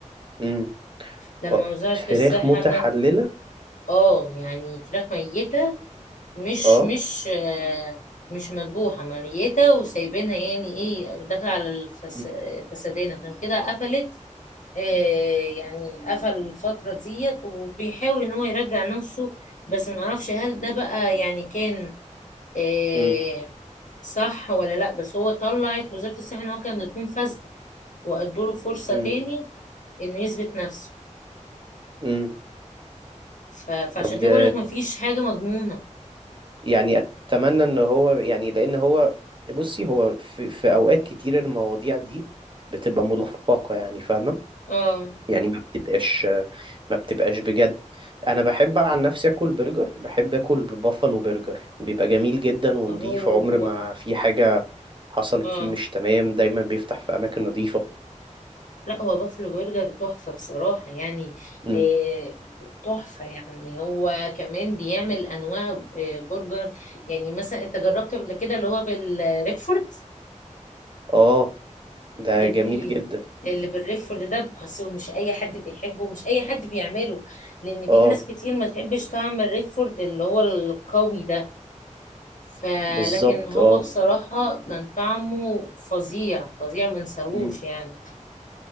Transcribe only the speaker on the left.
لما
وزارة
الصحة
اه يعني فراخ ميتة مش
مش آه، مش مذبوحة ميتة وسايبينها يعني ايه داخلة على الفس...
فسادين عشان كده قفلت آه يعني قفل الفترة ديت وبيحاول ان هو يرجع نفسه بس ما نعرفش هل ده بقى يعني كان آه
صح ولا لا بس هو طلعت وزارة الصحة ان هو كان يكون فاسدة وادوا له فرصة
تاني انه يثبت نفسه
ف... فعشان
كده بقول لك مفيش حاجة مضمونة
اه
هو
اه
لا هو بافلو برجر تحفة بصراحة يعني
آه، تحفة يعني هو كمان بيعمل أنواع آه، برجر يعني مثلا أنت جربت قبل كده اللي هو بالريكفورد
جميل
اللي بالريكفورد ده أصل مش أي حد بيحبه مش أي حد بيعمله لأن في
ناس كتير ما تحبش طعم الريكفورد اللي هو القوي ده فلكن
هو
بصراحة كان طعمه فظيع فظيع ما نساهوش
يعني